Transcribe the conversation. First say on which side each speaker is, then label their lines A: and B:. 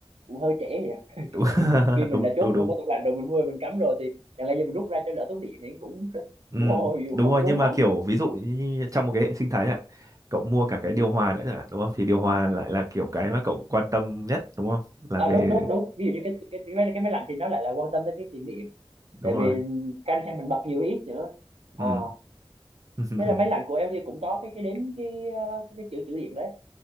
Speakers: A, on the right (about 80°); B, on the right (about 35°).
A: cũng hơi trễ vậy à. <laughs>
B: đúng
A: kiểu
B: <laughs>
A: khi mình
B: đúng
A: đã chốt
B: đúng đúng
A: mua cái tủ lạnh rồi mình mua mình cắm rồi thì chẳng lẽ giờ mình rút ra cho đỡ tốn điện thì cũng <laughs>
B: ừ,
A: cũng không không
B: đúng
A: không
B: rồi
A: đúng
B: nhưng mà
A: lắm
B: kiểu ví dụ như như trong một cái hệ sinh thái ạ cậu mua cả cái điều hòa nữa chẳng hạn đúng không thì điều hòa lại là kiểu cái mà cậu quan tâm nhất đúng không là
A: à,
B: về
A: đúng đúng đúng ví dụ như cái cái cái máy, cái máy lạnh thì nó lại là quan tâm tới cái tiền điện
B: đúng
A: tại
B: rồi
A: vì canh xem mình bật nhiều hay ít nữa Ờ,
B: ừ. <laughs>
A: thế là máy lạnh của LG cũng có cái cái đếm cái ờ, cái, cái chữ chữ điện đấy